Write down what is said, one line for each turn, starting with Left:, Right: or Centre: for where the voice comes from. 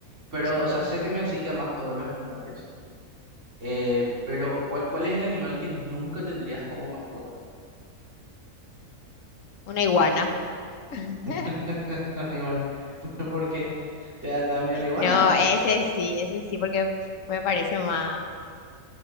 Right: Pero,
Left: Sí.
Right: o sea, sé que me decís que amás todos los animales, eh, pero ¿cuál, cuál es el animal que nunca tendrías como mascota?
Left: Una iguana. <laughs>
Right: <laughs> Una iguana. <laughs> ¿Por qué? ¿Te da, te da miedo la iguana
Left: No,
Right: o...?
Left: ese sí, ese sí, porque me parece más.